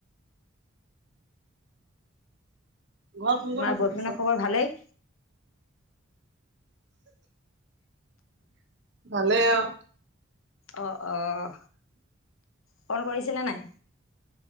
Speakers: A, on the right; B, on the left.
A: ঘৰত কোন
B: তোমাৰ
A: কোন আছে
B: বয়ফৰনদৰ
A: পিছে
B: খবৰ ভালেই।
A: ভালে আৰু
B: অ', আহ, ফোন কৰিছিলে নাই।